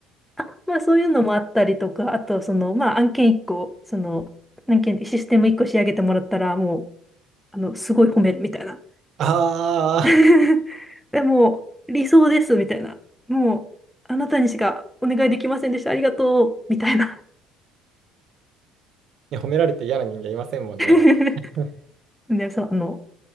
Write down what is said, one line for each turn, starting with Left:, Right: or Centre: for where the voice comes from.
Centre: あ、まあそういうのもあったりとか、あとその、まあ案件1個、その、案件、システム1個仕上げてもらったら、もう、あの、すごい褒めるみたいな。
Right: ああ、
Centre: <laughs> でもう、理想ですみたいな。もう、あなたにしかお願いできませんでした。ありがとうみたいな。
Right: ね、褒められて嫌な人間いませんもんね。
Centre: <laughs>
Right: <laughs>
Centre: で、そう、あの、